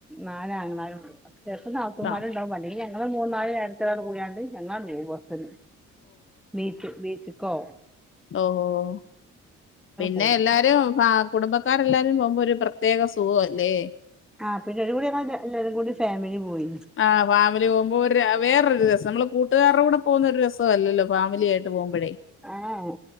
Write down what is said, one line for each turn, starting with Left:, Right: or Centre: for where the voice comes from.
Centre: നാലാങ്ങളാരുണ്ട് <unintelligible> പ്പം നാത്തൂ മാരുണ്ടാവും
Left: ആഹ്
Centre: അല്ലങ്കിഞങ്ങള് മൂന്നാല് ഏട്ടത്ത്യേളാണ്ട് കൂട്യാണ്ട് എന്നാ ലീവ് <inaudible> ബീച്ച് ബീച്ച് കൊ
Left: ഒ ഓ പിന്നെ
Centre: പോവും
Left: എല്ലാരും ഫ കുടുംബക്കാരെല്ലാം ല്ലാരുപോകുമ്പോ ഒരു പ്രത്യേക സുഖൊല്ലേ.
Centre: ആ പിന്നെ ഒരു കൂടി ഞങ്ങ എല്ലരും കൂടി ഫാമിലി പോയി
Left: ആഹ് ഫാമിലി പോകുമ്പോ ഒരു വേറൊരുരസ നമ്മള് കൂട്ടുകാരുടെ കൂടെ പോകുന്ന ഒരു ര സ്വവല്ലല്ലോ ഫാമിലി ആയിട്ട് പോകുമ്പോഴേ
Centre: ഏഹ്